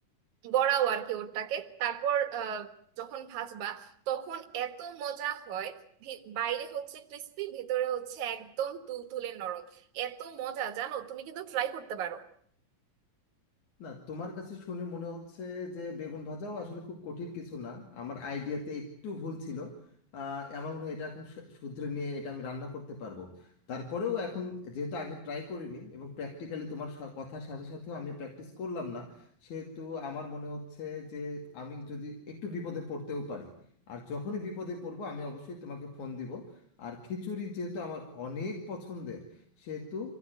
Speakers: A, on the right; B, on the left.
A: বড়াও আর কি ওটাকে তারপর আহ, যখন ভাজবা তখন এত মজা হয় ভি- বাইরে হচ্ছে ক্রিস্পি ভেতরে হচ্ছে একদম তুলতুলে নরম এত মজা জানো তুমি কিন্তু ট্রাই করতে পারো
B: না তোমার কাছে শুনে মনে হচ্ছে যে বেগুন ভাজাও আসলে খুব কঠিন কিছু না আমার আইডিয়াতে একটু ভুল ছিল আহ, আমার মনে হয় এটা এখন শু- শুধরে নিয়ে এটা আমি রান্না করতে পারবো তারপরেও এখন যেহেতু আগে ট্রাই করিনি এবং প্র্যাকটিক্যালি তোমার সা- কথার সাথে সাথেও আমি প্র্যাকটিস করলাম না সেহেতু আমার মনে হচ্ছে যে আমি যদি একটু বিপদে পড়তেও পারি আর যখনই বিপদে পড়বো আমি অবশ্যই তোমাকে ফোন দিব আর খিচুড়ি যেহেতু আমার অনেক পছন্দের সেহেতু